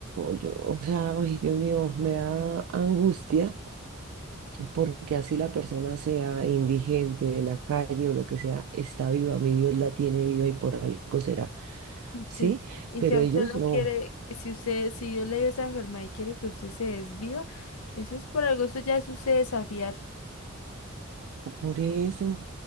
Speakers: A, on the right (about 80°); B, on the left (about 75°).
A: yo- o sea, ay, Dios mío, me da angustia porque así la persona sea indigente de la calle o lo que sea, está viva, mi Dios la tiene viva y por algo será, ¿sí?
B: Sí. Y
A: Pero
B: si a
A: ellos
B: usted lo
A: no.
B: quiere, si usted, si Dios le dio esa enfermedad y quiere que usted se desviva, eso es por algo, eso ya es usted desafiar.
A: Por eso,